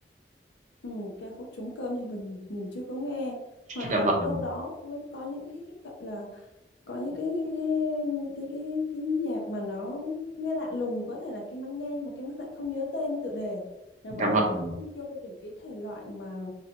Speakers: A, on the left; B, on the right.
A: ừ cái khúc trống cơm thì mình mình chưa có nghe hoặc
B: Dạ
A: là
B: vâng,
A: đâu đó cũng có những cái, cái gọi là có những cái cái cái cái nhạc mà nó nghe lạ lùng có thể là Kim Anh nghe nhưng mà Kim Anh lại không nhớ tên tựa đề là
B: dạ
A: bởi
B: vâng,
A: vì nó không vô những cái thể loại mà